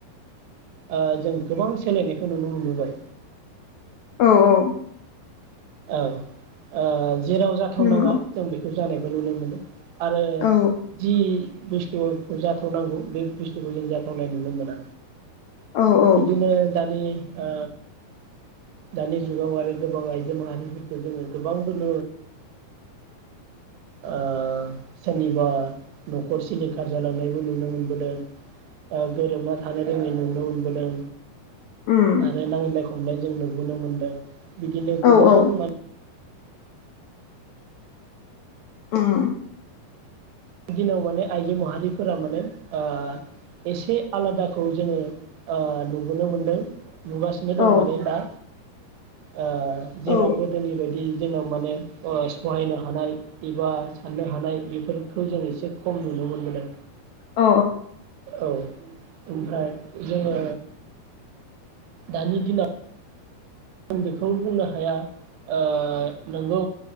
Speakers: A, on the right; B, on the left.
A: ओ जों गोबां सोलायनायखौ नुनो मोनबोबाय।
B: औ औ
A: औ ओ जेराव जाथावनाङा
B: नंगौ
A: जों बेखौ जानाय खौ नुनो मोनो आरो
B: औ
A: जि बुस्थुखौ जाथावनांगौ बे बुस्थुखौ जों जाथावनाय नुनो मोना।
B: औ औ
A: बिदिनो दानि ओ दानि जुगाव आरो गोबां आइज जो माहारिफोरखौ जोङो गोबांबो नु ओ सोरनिबा न'खर सिलिंखार जालांनायबो नुनो मोनबोदों। ओ गोरोबना थानो रोङै नुनो मोनबो दों।
B: उम
A: आरो नांज्लाय खमलाय जोंनो नुनो मोनदों। बिदिनो
B: औ
A: गोबां
B: औ
A: मान
B: ओम
A: दिनाव माने आइजो माहारिफोरा माने ओ एसे आलादाखौ जोङो ओ नुबोनो मोनदों। नुगासिनो
B: औ
A: दं माने दा ओ जेराव
B: औ
A: गोदोनि बादि जोंनाव माने अ' सहायनो हानाय एबा साननो हानाय खौ जों एसे खम नुनो मोनबोदों।
B: औ
A: ओ औ ओमफ्राय जोङो दानि दिनाव आं बेख बेखौ बुंनो हाया ओ नोंगौ